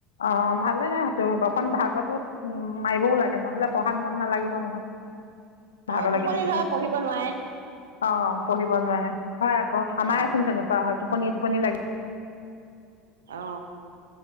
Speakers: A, on the left; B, on the right.
A: অ অ ভালেদে সেইটো অকণ ভাগৰ টো মাৰিবও লাগে নহ'লে পঢ়াত মন নেলাগিব নহয় ভাগৰ
B: অ টোপনি
A: লাগি থাকিলে
B: ধৰে পঢ়িব নোৱাৰে
A: অ পঢ়িব নোৱাৰে হয় আকৌ আমাৰচোন
B: অ
A: তেনেকুৱা হয়। টোপনি টোপনি লাগে!
B: অ!